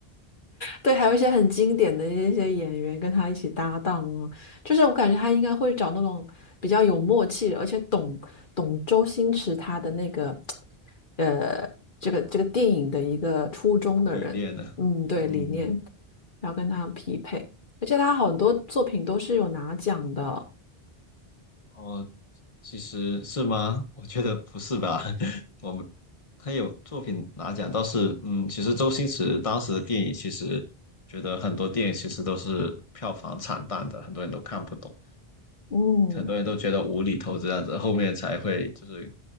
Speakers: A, on the left; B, on the left.
A: 对，还有一些很经典的一些演员跟他一起搭档啊，就是我感觉他应该会找那种比较有默契的而且懂懂周星驰他的那个呃这个这个电影的一个初衷的人，
B: 理念呢？
A: 嗯，对，
B: 嗯，
A: 理念，然后跟他匹配，而且他很多作品都是有拿奖的，
B: 哦，其实是吗？<laughs> 我觉得不是吧。<laughs> 我们他有作品拿奖，倒是嗯，其实周星驰当时的电影，其实觉得很多电影其实都是票房惨淡的，很多人都看不懂，
A: 嗯，
B: 很多人都觉得无厘头这样子，后面才会就是